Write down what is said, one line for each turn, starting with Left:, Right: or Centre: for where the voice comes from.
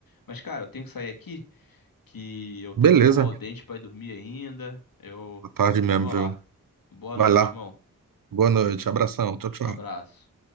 Left: Mas, cara, eu tenho que sair aqui, que eu tenho
Right: Beleza.
Left: que escovar o dente pra ir dormir ainda. Eu
Right: Boa tarde mesmo,
Left: vou
Right: viu?
Left: lá. Boa
Right: Vai
Left: noite,
Right: lá.
Left: irmão.
Right: Boa noite. Abração. Tchau, tchau.
Left: Abraço.